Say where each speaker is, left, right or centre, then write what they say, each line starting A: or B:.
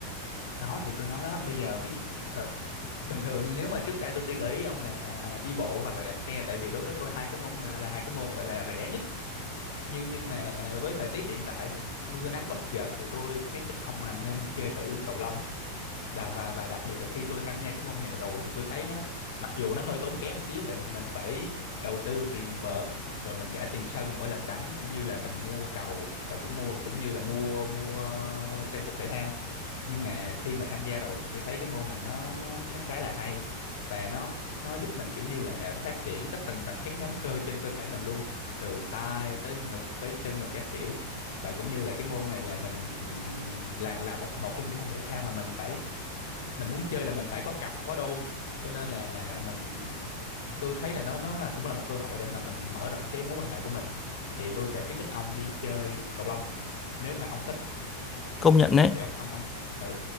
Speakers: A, on the left (about 60°); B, on the left (about 15°).
A: đó thì tôi nói đó bây giờ ví dụ thời bình thường nếu mà trước đây tôi sẽ gợi ý ông là đi bộ hoặc là đạp xe tại vì đối với tôi hai cái môn là là hai cái môn gọi là rẻ nhất nhưng nhưng mà với thời tiết hiện tại mưa nắng bất chợt thì tôi khuyến khích ông là nên chơi thử cầu lông Đà- và và đặc biệt là khi tôi tham gia cái môn này rồi thì tôi thấy nó mặc dù nó hơi tốn kém một xíu tại vì mình phải đầu tư tiền vợt rồi mình trả tiền sân mỗi lần đánh cũng như là mình mua cầu và cũng mua cũng như là mua mua trang phục thể thao nhưng mà khi mà tham gia rồi thì tôi thấy cái môn này nó nó nó khá là hay và nó nó giúp mình kiểu như là phát triển tất tần tật các nhóm cơ trên cơ thể mình luôn từ tay tới ngực tới chân rồi các kiểu và cũng như là cái môn này là mình là là một một trong những môn thể thao mà mình phải mình muốn chơi là mình phải có cặp có đôi cho nên là là mình tôi thấy là nó nó là cũng là một cơ hội để mà mình mở rộng cái mối quan hệ của mình thì tôi sẽ khuyến khích ông đi chơi cầu lông nếu mà ông thích
B: Công nhận đấy.
A: thì ông ông ông ừ